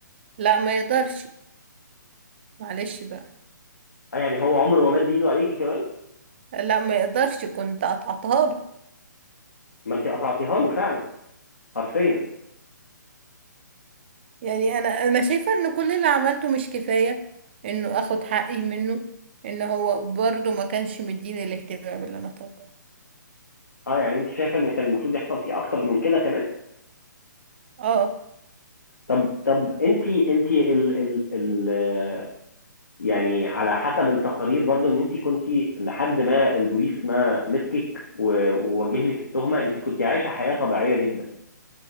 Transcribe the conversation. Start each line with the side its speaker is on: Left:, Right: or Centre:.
Right: لا ما يقدرش معلش بقى
Left: اه يعني هو عمره ما مد ايده عليكي كمان
Right: لا ما يقدرش كنت قطعتها له
Left: ما انت قطعتيها له فعلا حرفيا
Right: يعني انا انا شايفة ان كل اللي عملته مش كفاية انه اخد حقي منه ان هو برضه ما كانش مديني الاهتمام اللي انا طالباه
Left: اه يعني انت شايفه ان كان المفروض يحصل فيه اكتر من كده كمان
Right: اه
Left: طب طب انت انت ال ال ال آه، يعني على حسب التقارير برضو ان انت كنت لحد ما البوليس ما مسكك و- ووجه لك التهمه انت كنت عايشه حياه طبيعيه جدا